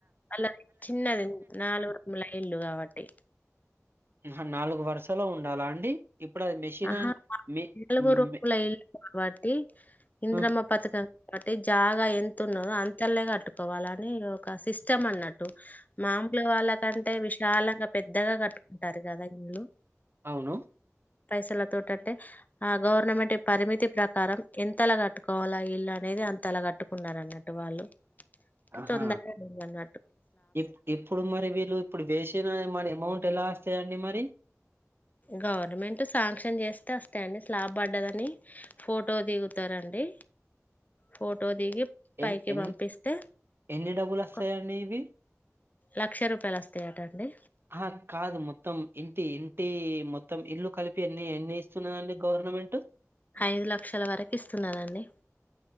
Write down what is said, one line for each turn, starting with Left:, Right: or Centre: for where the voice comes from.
Left: అల్ల చిన్నది నాలుగు ల ఇల్లు గాబట్టి
Right: అహా నాలుగు వరుసలో ఉండాలా అండి ఇప్పుడు అది మెషిన్
Left: అహా
Right: అని మీ
Left: నలుగురు
Right: మే
Left: కుల ఇల్లు కాబట్టి ఇంద్రమ్మ
Right: ఆ
Left: పతుక బట్టి జాగా ఎంత ఉన్నదో అంతల్నె కట్టుకోవాల అని ఒక సిస్ ఇష్టం అన్నట్టు మామూలు గా వాళ్ళకంటే విశాలంగా పెద్దగా కట్ టారు గదా ఇన్లు
Right: అవును
Left: పైసలతోటంటే ఆ గవర్నమెంట్ పరిమితి ప్రకారం ఎంతలా కట్టుకోవాలా ఇల్ల నేది అంత లా కట్టుకున్నారు అన్నట్టు వాళ్ళు ఇంకా
Right: ఆహా
Left: తొందరగా అయిందన్న
Right: ఇప్ ఇప్పుడు మరి వీళ్ళు ఇప్పుడు వేసిన మరి అమౌంట్ ఎలా వస్తాయండి మరి
Left: గవర్నమెంట్ శాంక్షన్ చేస్తే అస్తయండి లా పడ్డదని ఫోటో దిగుతరండి ఫోటో దిగి పైకి
Right: ఎ ఎ
Left: పంపిస్తే
Right: ఎన్ని డబ్బుల్ వస్తయండి
Left: ఒక
Right: ఇవి
Left: లక్ష రూపాయలు అస్తయట అండి
Right: అహా కాదు మొత్తం ఇంటి ఇంటి మొత్తం ఇల్లు కలిపి ఎన్ని ఎన్ని ఇస్తున్నాండి గర్ మంట్
Left: ఐదు లక్షల వరకు ఇస్తున్నానండి